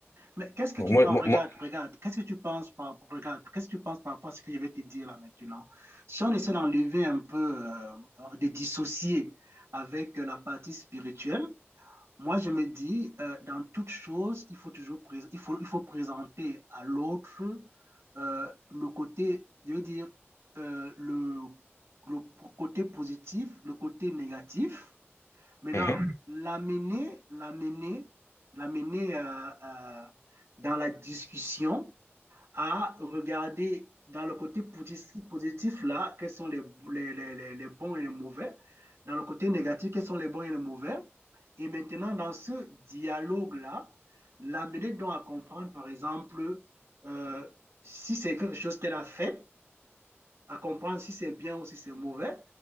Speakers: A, on the right; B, on the left.
A: Mais qu'est-ce que
B: Donc,
A: tu
B: moi,
A: penses?
B: moi,
A: Regarde,
B: moi-
A: regarde. Qu'est-ce que tu penses par rapport, regarde, qu'est-ce que tu penses par rapport à ce que je vais te dire là maintenant? Si on essaie d'enlever un peu, euh, de dissocier avec euh, la partie spirituelle, moi je me dis, euh, dans toute chose, il faut toujours pré- il faut, il faut présenter à l'autre euh, le côté, je veux dire, euh, le, le côté positif, le côté négatif Maintenant,
B: Mhm.
A: l'amener, l'amener, l'amener euh, euh, dans la discussion à regarder dans le côté positif, positif là, quels sont les, les, les, les bons et les mauvais. Dans le côté négatif, quels sont les bons et les mauvais. Et maintenant, dans ce dialogue-là, l'amener donc à comprendre, par exemple, euh, si c'est quelque chose qu'elle a fait, à comprendre si c'est bien ou si c'est mauvais,